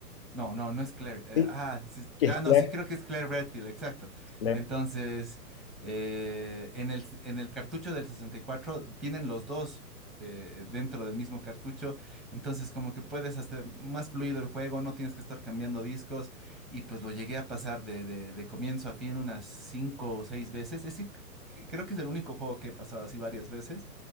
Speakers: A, in the centre; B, on the left (about 40°).
A: No, no, no es Claire. eh,
B: Sí,
A: ah, sí,
B: que es
A: ah, no,
B: claro,
A: sí creo que es Claire Redfield, exacto.
B: claro.
A: Entonces, eh, en el, en el cartucho del 64 vienen los dos eh, dentro del mismo cartucho. Entonces, como que puedes hacer más fluido el juego, no tienes que estar cambiando discos. Y pues lo llegué a pasar de, de- de comienzo a fin unas cinco o seis veces. Es decir, c- creo que es el único juego que he pasado así varias veces